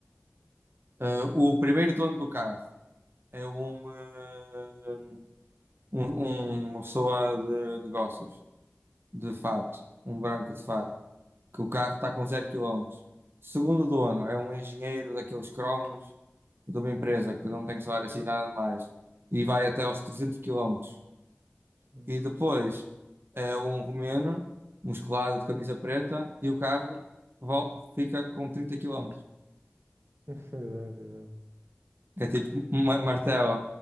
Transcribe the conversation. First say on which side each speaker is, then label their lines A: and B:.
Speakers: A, on the right; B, on the right.
A: eh, o primeiro dono do carro é um, eh, um- um- uma pessoa de negócios. de fato, um branco de fato, que o carro está com zero quilómetros Segundo dono, é um engenheiro daqueles cromos de uma empresa que não tem salário assim nada mais e vai até aos trezentos quilómetros
B: Sim.
A: E depois é um romeno, musculado de camisa preta e o carro vol- fica com trinta quilómetros
B: <laughs> Exato, exato,
A: Que é tipo uma martela,